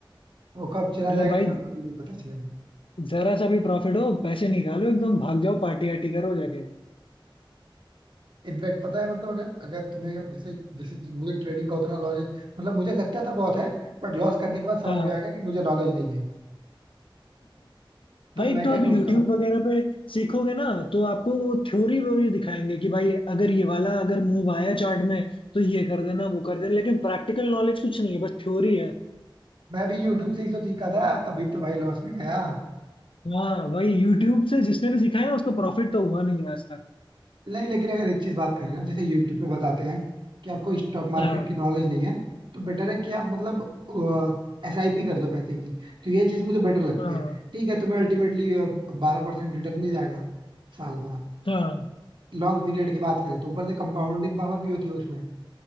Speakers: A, on the right (about 60°); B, on the left (about 75°).
A: वो कब चला
B: मतलब
A: जाएगा
B: भाई
A: तुम्हें खुद भी नहीं पता चलेगा
B: जरा सा भी प्रॉफिट हो पैसे निकालो एकदम भाग जाओ पार्टी वार्टी करो जाके
A: <laughs> इनफैक्ट पता है मतलब अगर अगर तुम्हें जैसे जैसे मुझे ट्रेडिंग का उतना नॉलेज मतलब मुझे लगता था बहुत है बट लॉस करने के बाद समझ
B: हाँ
A: में आ गया कि मुझे नॉलेज नहीं है तो
B: भाई एक
A: मैं
B: तो
A: क्या
B: आप
A: सोचता
B: YouTube
A: हूँ
B: वगैरह पे सीखोगे ना तो आपको वो थ्योरी वोरी दिखाएंगे कि भाई अगर ये वाला अगर मूव आया चार्ट में तो ये कर देना वो कर देना लेकिन प्रैक्टिकल नॉलेज कुछ नहीं है बस थ्योरी है
A: मैं भी यूट्यूब से ही तो सीखा था तभी तो भाई लॉस में गया
B: हाँ वही यूट्यूब से जिसने भी सीखा है ना उसको प्रॉफिट तो हुआ नहीं है आज तक
A: नहीं लेकिन अगर एक चीज बात करें ना जैसे यूट्यूब पे बताते हैं कि आपको स्टॉक मार्केट
B: हाँ
A: की नॉलेज नहीं है तो बेटर है कि आप मतलब एस आई पी कर लो पैसे की तो ये चीज मुझे बेटर लगती
B: हाँ
A: है ठीक है तुम्हें अल्टीमेटली बारह परसेंट रिटर्न मिल जाएगा साल का
B: हाँ
A: लॉन्ग पीरियड की बात करें तो ऊपर से कंपाउंडिंग पावर भी होती है उसमें